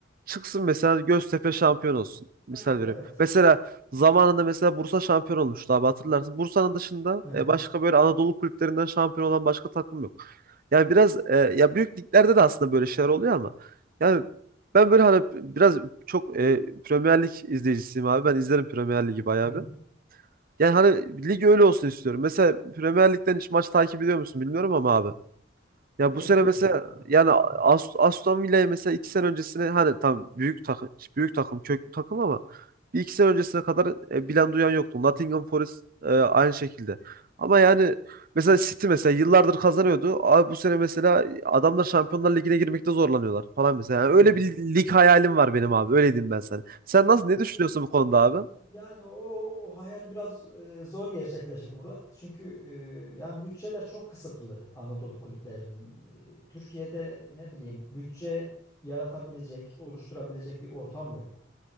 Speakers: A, on the right (about 45°); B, on the left (about 20°).
A: çıksın mesela hani Göztepe şampiyon olsun. Misal
B: Yani
A: vereyim.
B: evet.
A: Mesela zamanında mesela Bursa şampiyon olmuştu abi hatırlarsın. Bursa'nın dışında
B: Hı hı.
A: e, başka böyle Anadolu kulüplerinden şampiyon olan başka takım yok. Yani biraz e, ya büyük liglerde de aslında böyle şeyler oluyor ama yani ben böyle hani biraz çok e, Premier Lig izleyicisiyim abi. Ben izlerim Premier Ligi bayağı
B: Hı hı.
A: bir. Yani hani lig öyle olsun istiyorum. Mesela Premier Lig'den hiç maç takip ediyor musun bilmiyorum ama abi. Ya
B: Yo,
A: bu
B: Ediyorum.
A: sene mesela
B: Bak.
A: yani
B: Hı.
A: Ast- Aston Villa'ya mesela iki sene öncesine hani tam büyük takım büyük takım köklü takım ama bir iki sene öncesine kadar e, bilen duyan yoktu. Nottingham Forest e, aynı şekilde. Ama yani mesela City mesela yıllardır kazanıyordu. Abi bu sene mesela adamlar Şampiyonlar Ligi'ne girmekte zorlanıyorlar falan mesela. Yani
B: Evet.
A: öyle bir lig hayalim var benim abi. Öyle diyeyim ben sana. Sen
B: Yani
A: nasıl ne düşünüyorsun bu konuda abi?
B: yani o hayal biraz e, zor gerçekleşir Murat. Çünkü e, yani bütçeler çok kısıtlı Anadolu kulüplerinin. E, Türkiye'de ne bileyim bütçe yaratabilecek, oluşturabilecek bir ortam yok.